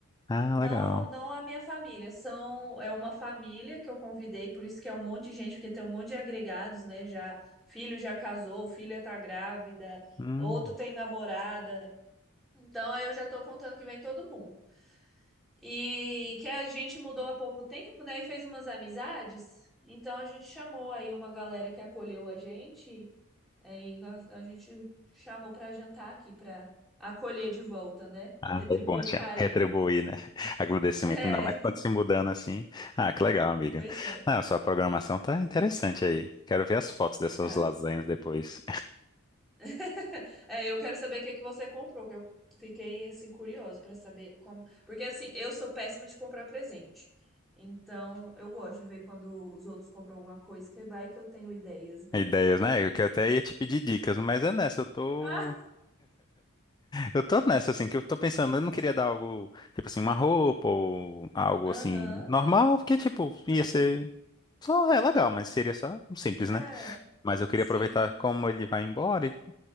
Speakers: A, on the left; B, in the centre.
A: Ah,
B: Não,
A: legal.
B: não a minha família, são é uma família que eu convidei, por isso que é um monte de gente, porque tem um monte de agregados, né? Já filho já casou, filha tá grávida,
A: Hum.
B: outro tem namorada. Então eu já tô contando que vem todo mundo. E que a gente mudou há pouco tempo, né? E fez umas amizades. Então a gente chamou aí uma galera que acolheu a gente. Aí a a gente chamou pra jantar aqui, pra acolher de volta, né?
A: Ah,
B: Retribuir
A: bom, tinha
B: o carinho.
A: retribuir, né? <laughs> Agradecimento,
B: É,
A: ainda mais quando se mudando assim. Ah, que legal,
B: <laughs>
A: amiga.
B: pois é.
A: Ah, sua programação tá interessante aí. Quero ver as fotos dessas
B: Tá.
A: lasanhas depois.
B: <laughs> É, eu quero saber o que que você comprou, que eu fiquei assim curioso pra saber como, porque assim, eu sou péssima de comprar presente. Então, eu gosto de ver quando os outros compram alguma coisa, que vai que eu tenho ideias,
A: <laughs>
B: né?
A: Ideias, né? Eu que até ia te pedir dicas, mas é nessa, eu tô.
B: <laughs> Ah,
A: Eu tô nessa, assim, que eu tô pensando, eu não queria dar algo, tipo assim, uma roupa ou algo
B: aham.
A: assim, normal, porque, tipo, ia ser. Só é legal, mas seria só um simples,
B: É,
A: né? Mas eu queria
B: sim.
A: aproveitar como ele vai embora e